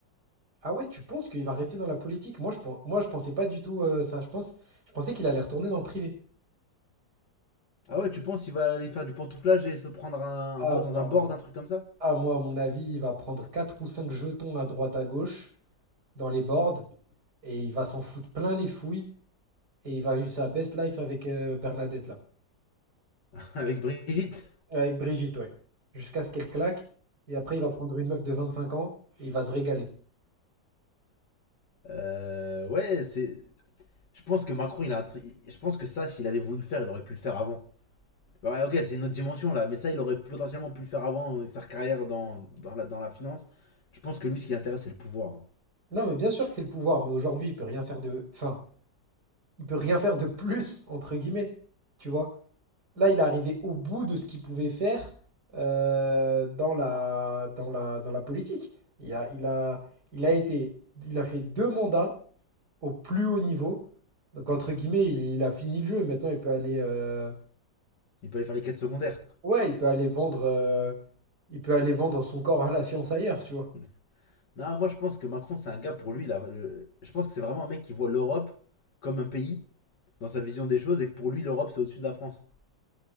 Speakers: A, on the right; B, on the left.
A: Ah ouais, tu penses qu'il va rester dans la politique? Moi, je, pen- moi, je pensais pas du tout euh, ça. Je pense, je pensais qu'il allait retourner dans le privé.
B: Ah ouais, tu penses qu'il va aller faire du pantouflage et se prendre un,
A: Ah,
B: un poste
A: moi,
B: dans un board, un truc comme ça
A: ah, moi, à mon avis, il va prendre 4 ou 5 jetons à droite à gauche dans les boards et il va s'en foutre plein les fouilles. Et il va vivre sa best life avec euh, Bernadette, là.
B: <laughs> Avec Brigitte
A: Avec Brigitte, ouais. Jusqu'à ce qu'elle claque. Et après, il va prendre une meuf de 25 ans et il va se régaler.
B: Euh, Ouais, c'est. Je pense que Macron, il a. Je pense que ça, s'il avait voulu le faire, il aurait pu le faire avant. Ouais, ok, c'est une autre dimension là, mais ça, il aurait potentiellement pu le faire avant, euh, faire carrière dans, dans, la, dans la finance. Je pense que lui, ce qui l'intéresse, c'est le pouvoir. hein.
A: Non, mais bien sûr que c'est le pouvoir, mais aujourd'hui, il peut rien faire de. Enfin, il peut rien faire de plus, entre guillemets. Tu vois? Là, il est arrivé au bout de ce qu'il pouvait faire euh, dans la, dans la, dans la politique. Il a, il a, il a été, il a fait deux mandats au plus haut niveau. Donc, entre guillemets, il, il a fini le jeu. Maintenant, il peut aller euh,
B: Il peut aller faire les quêtes secondaires.
A: Ouais, il peut aller vendre, euh, il peut aller vendre son corps à la science ailleurs, tu vois.
B: <laughs> Non, moi, je pense que Macron, c'est un gars pour lui. là, le- Je pense que c'est vraiment un mec qui voit l'Europe comme un pays dans sa vision des choses et que pour lui, l'Europe, c'est au-dessus de la France.